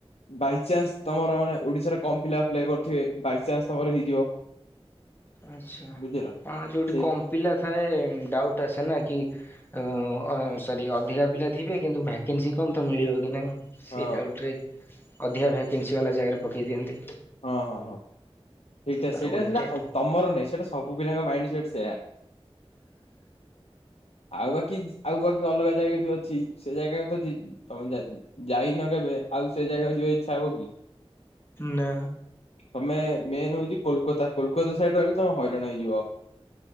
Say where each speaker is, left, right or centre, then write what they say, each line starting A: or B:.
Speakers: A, on the left; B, on the left.
A: ବାଇଚାନ୍ସ ତମର ମାନେ ଓଡିଶାରେ କମ ପିଲା ଆପ୍ଲାଏ କରଥିବେ ବାଇଚାନ୍ସ ତମର ହେଇଯିବ।
B: ଆଚ୍ଛା
A: ବୁଝିଲ
B: ହଁ ଯୋଉଠି
A: ସେଇ
B: କମ୍ ପିଲା ଥାଏ ଡାଉଟ୍ ଆସେ ନା କି। <unintelligible> ଅଁ ସରି ଅଧିକା ପିଲା ଥିବେ କିନ୍ତୁ ଭ୍ୟାକେନ୍ସି କମ ତ ମିଳିବ କି ନାଇଁ। ସେ
A: ହଁ
B: ଡାଉଟରେ ଅଧିକା ଭ୍ୟାକେନ୍ସି ବାଲା ଜାଗାରେ ପକେଇ ଦିଅନ୍ତି।
A: ହଁ ହଁ ହଁ ସେଇଟା
B: ତାର
A: ସେଇଟା
B: ଓଲଟାଟା
A: ସେଇଟା ହଙ୍କ୍ ତମର ନାହିଁ ସେଇଟା ସବୁ ପିଲାଙ୍କ ମାଇଣ୍ଡ ସେଟ୍ ସେୟା। ଆଉ ବାକି ଆଉ ବାକି ଅଲଗା ଜାଗା ବି ଅଛି। ସେ ଜାଗାକୁ ତ ଯି ତମେ ଯା ଯାଇନ କେବେ ଆଉ ସେ ଜାଗାକୁ ଯିବାକୁ ଇଚ୍ଛା ହବ କି?
B: ନା।
A: ତମେ ମେନ୍ ହଉଚି କୋଲକୋତା କୋଲକାତା ସାଇଡ୍ ରହିଲେ ତମେ ହଇରାଣ ହେଇଯିବ।